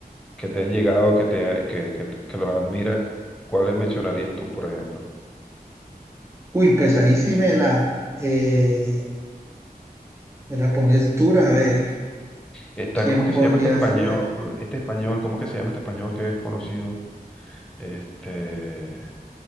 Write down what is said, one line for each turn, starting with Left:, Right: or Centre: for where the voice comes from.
Centre: que te han llegado, que te, ha- que, que, te- que los admiras, ¿cuáles mencionarías tú, por ejemplo?
Right: Uy, pues ahí sí me la, eh, me la pones dura. A ver,
Centre: Está,
Right: ¿quién
Centre: ¿cómo que
Right: podría
Centre: se llama este español?
Right: ser?
Centre: Este español, ¿cómo que se llama este español que es conocido? Este,